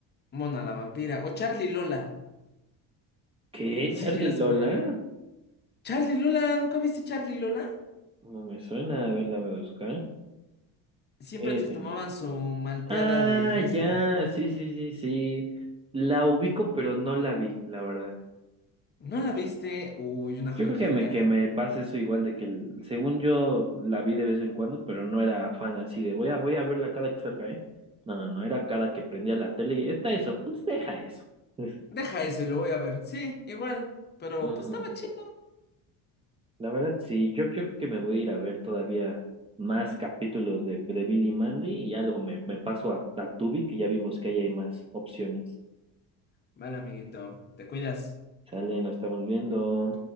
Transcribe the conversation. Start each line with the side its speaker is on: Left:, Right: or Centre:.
Left: Mona la vampira. O Charlie Lola.
Right: ¿Qué?
Left: No
Right: ¿Charlie
Left: sé si llegaste
Right: Lola?
Left: a ver. Charlie Lola, ¿nunca viste Charlie Lola?
Right: No me suena, a ver, la voy a buscar.
Left: Siempre
Right: Sí,
Left: te
Right: Televisa.
Left: tomaban su malteada
Right: Ah,
Left: de fresa.
Right: ya, sí, sí, sí, sí. La ubico, pero no la vi, la verdad.
Left: ¿No la viste? Uy, una joyita.
Right: Yo creo que me, que me pasa eso igual de que el- según yo la vi de vez en cuando, pero no era fan así de voy a, voy a verla cada que salga, ¿eh? No, no, no, era cada que prendía la tele y está eso, pues deja eso. Pues,
Left: Deja eso y lo voy a ver. Sí, igual. Pero
Right: ujú.
Left: pues estaba chido.
Right: La verdad, sí, yo, yo creo que me voy a ir a ver todavía más capítulos de, de Billy Mandy y algo me, me paso a, a Tubi, que ya vimos que ahí hay más opciones.
Left: Vale, amiguito. Te cuidas.
Right: Sale, nos estamos viendo.